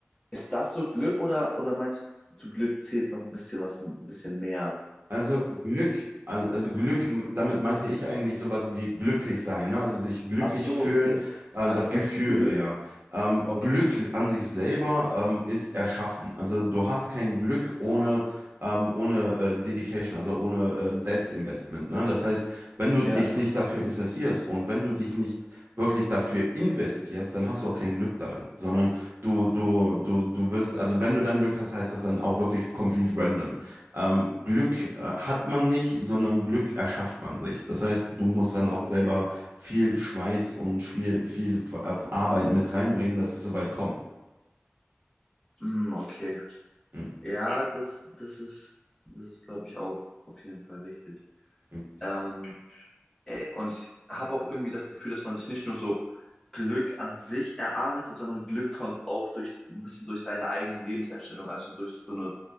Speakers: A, on the left; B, on the right.
A: Ist das so Glück oder, oder meinst du, zu Glück zählt noch ein bisschen was, ein bisschen mehr?
B: Also Glück, also also Glück, damit meinte ich eigentlich sowas wie glücklich sein, ne? Also sich glücklich
A: Ach so,
B: fühlen,
A: okay.
B: äh,
A: Einfach
B: das
A: das
B: Gefühl
A: Gefühl.
B: eher. Ähm,
A: Okay.
B: Glück an sich selber ähm, ist erschaffen. Also du hast kein Glück ohne, ähm, ohne äh, Dedication, also ohne äh, Selbstinvestment, ne? Das heißt, wenn du
A: Ja.
B: dich nicht dafür interessierst und wenn du dich nicht wirklich dafür investierst, dann hast du auch kein Glück darin, sondern du, du, du, du wirst, also wenn du dann Glück hast, heißt das dann auch wirklich complete random. Ähm, Glück äh, hat man nicht, sondern Glück erschafft man sich. Das heißt, du musst dann
A: Oh,
B: auch selber
A: okay.
B: viel Schweiß und viel, viel Qu- äh, Arbeit mit reinbringen, dass es so weit kommt.
A: Mm, okay.
B: Mhm.
A: Ja, das, das ist, das ist, glaube ich, auch auf jeden Fall richtig.
B: Yes.
A: Ähm, Ey, und ich habe auch irgendwie das Gefühl, dass man sich nicht nur so Glück an sich erarbeitet, sondern Glück kommt auch durch die, ein bisschen durch deine eigene Lebenseinstellung, also durch so eine